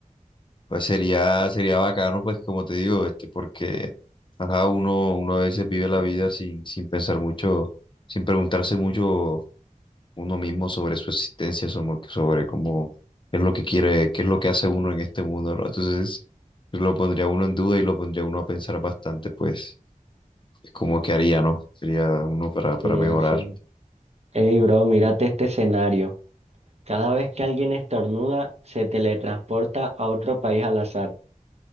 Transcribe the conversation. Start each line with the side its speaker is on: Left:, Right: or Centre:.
Left: Pues sería, sería bacano, pues como te digo, este, porque ajá, uno, uno a veces vive la vida sin, sin pensar mucho, sin preguntarse mucho uno mismo sobre su existencia, sobre, sobre cómo es lo que quiere, qué es lo que hace uno en este mundo, ¿no? Entonces, yo lo pondría uno en duda y lo pondría uno a pensar bastante, pues. como que haría, ¿no? Sería uno para, para
Right: Eh,
Left: mejorar.
Right: sí. Ey, bro, mírate este escenario. Cada vez que alguien estornuda, se teletransporta a otro país al azar.